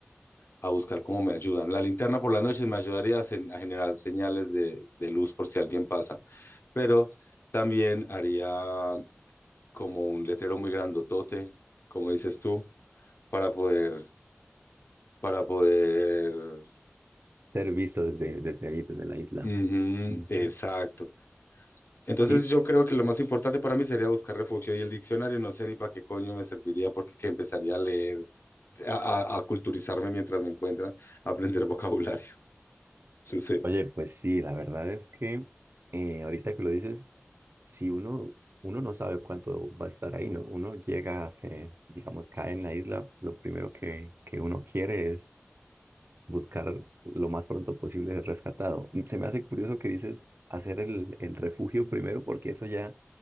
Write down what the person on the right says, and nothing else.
ser visto desde, desde ahí, desde la isla.
Ujú.
Sí,
Oye, pues sí, la verdad es que eh, ahorita que lo dices, si uno, uno no sabe cuánto va a estar ahí, ¿no? Uno llega, se, digamos, cae en la isla, lo primero que, que uno quiere es buscar lo más pronto posible ser rescatado. Mm, Se me hace curioso que dices hacer el, el refugio primero, porque eso ya